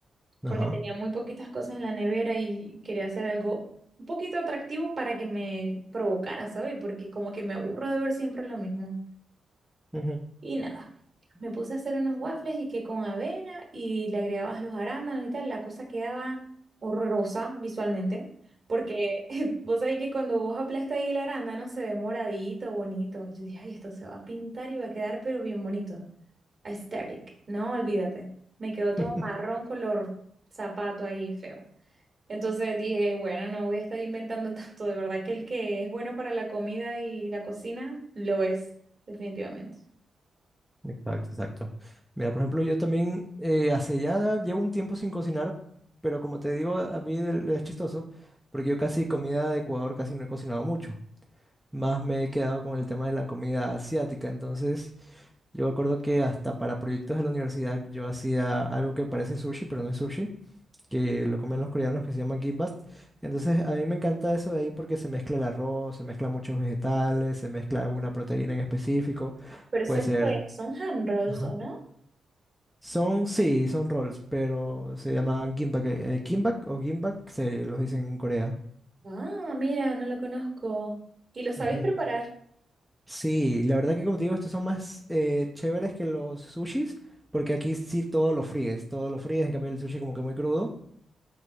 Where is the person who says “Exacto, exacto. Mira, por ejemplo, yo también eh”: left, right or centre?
Centre